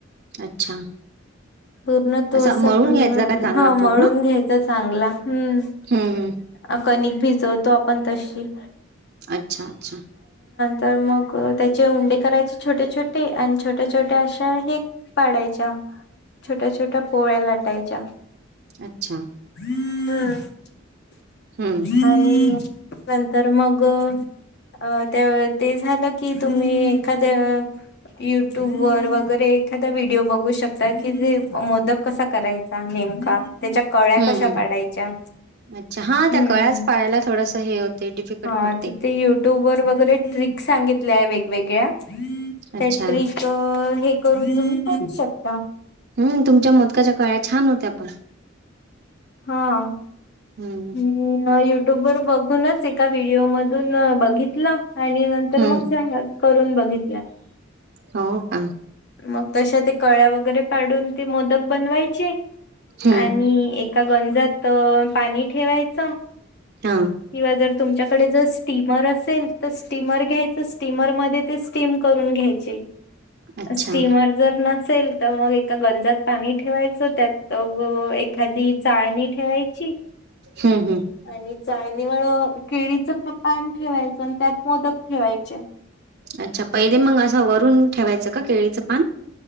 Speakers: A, on the right; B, on the left.
A: अच्छा
B: पूर्ण तो
A: असा
B: असं,
A: मळून घ्यायचा का चांगला
B: हा
A: पूर्ण
B: मळून घ्यायचाच. चांगला. हम्म
A: हम्म, हम्म!
B: अ, कणिक भिजवतो आपण तशी.
A: अच्छा, अच्छा!
B: तर मग त्याचे उंडे करायचे, छोटे छोटे आणि छोट्या छोट्या अशा हे पाडायच्या छोट्या, छोट्या, पोळ्या लाटायच्या.
A: अच्छा!
B: हम <unintelligible>
A: हम्म
B: आणि नंतर मग अ त्या ते झालं की, तुम्ही एखाद्या युट्यूब वर वगैरे एखादा व्हिडिओ बघू शकता. की जे मोदक कसा? करायचा नेमका, त्याच्या कळ्या
A: हम्म
B: कशा
A: हम्म
B: पाडायच्या.
A: अच्छा हा त्या
B: हम्
A: कळ्याच पाळायला थोडस हे होते डिफिकल्ट
B: हा
A: पडते
B: तर ते युट्यूब वर वगैरे ट्रिक सांगितल्याय वेगवेगळ्या, त्या
A: अच्छा
B: ट्रिक हे करून करू शकता.
A: हम्म, तुमच्या मोदकाच्या काळ्या छान होत्या पण
B: हा म
A: हम्म
B: <unintelligible> युट्युब वर बघूनच एका व्हिडिओ मधून बघितलं. आणि नंतर
A: हम्म
B: मग झालं. करून बघित
A: हो का?
B: मग तशा ते कळ्या वगैरे पाडून, ते मोदक बनवायचे
A: हम्म
B: आणि एक गंजात पाणी ठेवायचं,
A: हा
B: किं जर तुमच्याकडे जर स्टीमर असेल, तर स्टीमर घ्यायचं स्टीमर मध्ये ते स्टीम करून घ्यायच
A: अच्छा
B: स्टीमर जर नसेल तर मग एका गंजात पाणी ठेवायचं, त्यात एखादी चाळणी ठेवायची
A: हम्म, हम्म
B: आणि चाळणीवर केळीच पान ठेवायचं, आणि त्यात मोदक ठेवायचे.
A: अच्छा पहिले मग असं, वरून ठेवायचं का केळीचं पान?